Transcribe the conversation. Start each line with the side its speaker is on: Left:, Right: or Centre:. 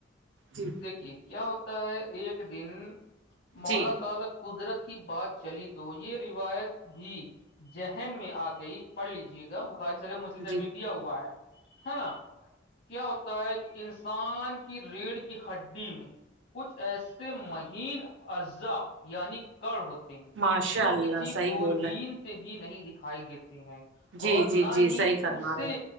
Right: جی
Left: دیکھیے کیا ہوتا ہے ایک دن مولا
Right: جی
Left: طالب قدرت کی بات چلی تو یہ روایت بھی ذہن میں آ گئی پڑھ لیجیے گا بخاری سر مسلم
Right: جی
Left: ت دیا ہوا ہے ہے نا کیا ہوتا ہے انسان کی ریڑھ کی ہڈی میں کچھ ایسے م ہین اجزا یعنی کر ہوتے ہیں
Right: ماشاء
Left: جو
Right: اللہ
Left: کسی
Right: صحیح
Left: دوربین
Right: بول رہے
Left: سے بھی نہیں دکھائی دیتے ہیں
Right: جی
Left: اور
Right: جی
Left: نہ
Right: جی
Left: ہی
Right: صحیح فرما
Left: اسے
Right: رہے